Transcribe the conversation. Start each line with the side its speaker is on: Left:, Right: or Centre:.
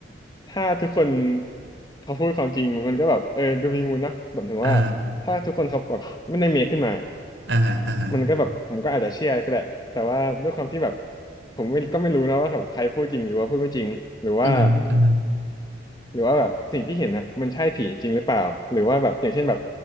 Left: ถ้าทุกคนเขาพูดความจริงมันก็แบบเออดูมีมูลนะแบบถึงว่าถ้าทุกคนเขาแบบไม่ได้เมคขึ้นมา
Right: อ่าอ่าฮะอ่าฮะ
Left: มันก็แบบผมก็อาจจะเชื่อก็ได้แต่ว่าด้วยความที่แบบผมไม่ก็ไม่รู้นะว่าแบบใครพูดจริงหรือว่าพูดไม่จริงหรือว่า
Right: อืมอืม
Left: หรือว่าแบบสิ่งที่เห็นอะมันใช่ผีจริงหรือเปล่าหรือว่าแบบอย่างเช่นแบบ